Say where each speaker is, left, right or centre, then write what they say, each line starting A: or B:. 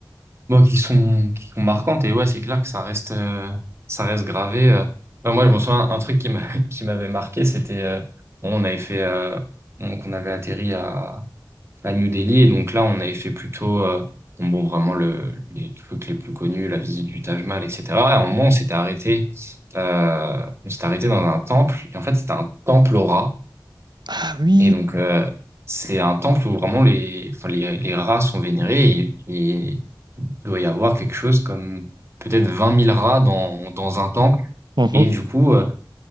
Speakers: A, on the right (about 35°); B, on the right (about 70°).
A: bon, qui sont, qui sont marquantes. Et ouais, c'est clair que ça reste, euh, ça reste gravé. euh. Enfin, moi, je me souviens, un truc qui m'a, <laughs> qui m'avait marqué, c'était, euh, bon, on avait fait, euh, donc, on avait atterri à, à New Delhi. Et donc là, on avait fait plutôt euh, bon, bon, vraiment le, les trucs les plus connus, la visite du Taj Mahal, etc. Et à un moment, on s'était arrêté, euh, on s'était arrêté dans un temple. Et en fait, c'était un temple aux rats.
B: Ah oui!
A: Et donc, euh, c'est un temple où vraiment les, enfin, les, les rats sont vénérés. Et, et il doit y avoir quelque chose comme peut-être vingt mille rats dans, dans un temple.
B: Mmh
A: Et du coup, euh,